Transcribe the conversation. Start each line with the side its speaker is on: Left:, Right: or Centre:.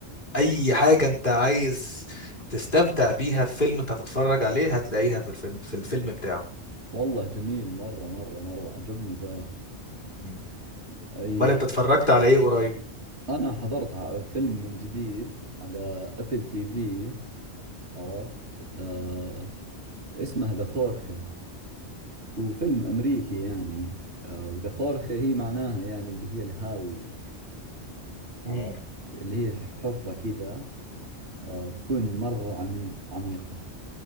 Left: اي حاجة انت عايز تستمتع بيها في فيلم انت هتتفرج عليه هتلاقيها في الفيلم في الفيلم بتاعه
Right: والله جميل مرة مرة مرة عجبني ذا
Left: مم.
Right: اي
Left: امال انت اتفرجت على ايه قريب
Right: أنا حضرت ع- فيلم من جديد على أبل تي في عرفت آه اسمه ذا خورخة هو فيلم أمريكي يعني آه وذا خورخة هي معناها يعني اللي هي الهاوية
Left: مم.
Right: عرفت اللي هي حفرة كذا آه تكون مرة عميق عميقة